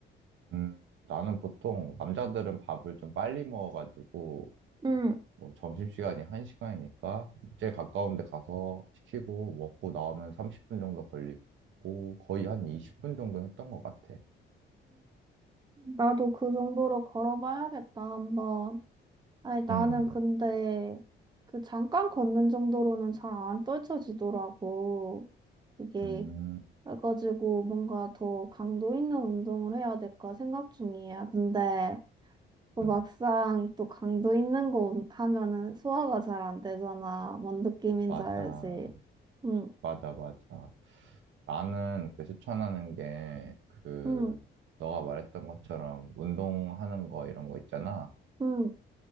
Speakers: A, on the right; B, on the right.
A: 음, 나는 보통 남자들은 밥을 좀 빨리 먹어가지고
B: 응.
A: 뭐 점심시간이 1시간이니까 제일 가까운 데 가서 시키고 먹고 나오면 30분 정도 걸리고 거의 한 20분 정도 했던 것 같아.
B: 나도 그 정도로 걸어봐야겠다, 한번. 아니, 나는
A: 음,
B: 근데 그 잠깐 걷는 정도로는 잘 안 떨쳐지더라고. 이게,
A: 음,
B: 그래가지고 뭔가 더 강도 있는 운동을 해야 될까 생각 중이야. 근데 또
A: 음,
B: 막상 또 강도 있는 거 하면은 소화가 잘 안 되잖아. 뭔 느낌인지
A: 맞아,
B: 알지? 응,
A: 맞아, 맞아. 나는 그 추천하는 게 그
B: 응,
A: 너가 말했던 것처럼 운동하는 거 이런 거 있잖아.
B: 응,